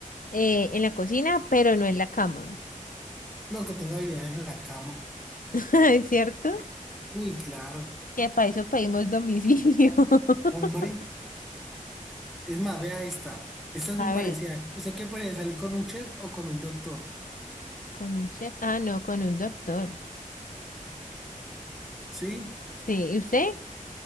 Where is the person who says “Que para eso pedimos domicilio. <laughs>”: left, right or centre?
Left